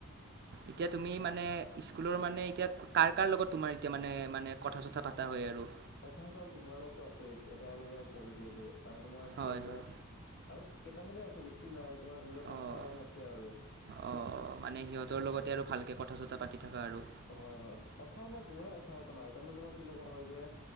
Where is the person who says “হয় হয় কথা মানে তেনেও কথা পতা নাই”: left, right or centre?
Left